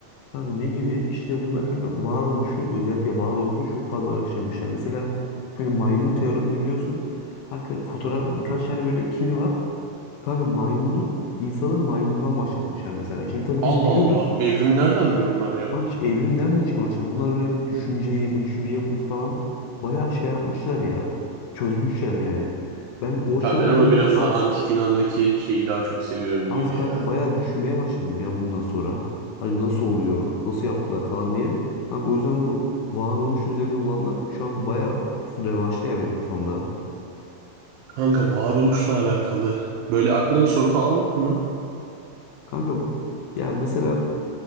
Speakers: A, on the left; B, on the right.
A: Hani ne gibi? İşte bunlar kanka varoluşu özellikle varoluşu çok fazla araştırmışlar. Mesela kanka maymun teoremini biliyorsun. Kanka fotoğraf birkaç tane böyle kili var. Kanka maymunu insanın maymundan başlatmışlar mesela. Şimdi tabii
B: Allah
A: biz biliyoruz.
B: Allah. Evrimi nereden biliyor onlar ya?
A: Kanka hiç evrim nereden çıkmışlar? Bunlar böyle bir düşünceyi, bu düşünce yapını falan bayağı şey yapmışlar ya. Çözmüşler yani. Ben o açıdan
B: Kanka ben
A: böyle
B: ama
A: bir
B: biraz
A: biraz
B: daha antik Yunan'daki şeyi daha çok seviyorum
A: Az
B: gibi
A: kanka
B: ya.
A: bayağı düşünmeye başladım ya bundan sonra. Hani nasıl oluyor, nasıl yaptılar falan diye. Kanka o yüzden bu varoluş üzerine olanlar şu an bayağı revanşlı ya benim kafamda.
B: Kanka varoluşla alakalı. Böyle aklında bir soru falan var mı?
A: Kanka ya mesela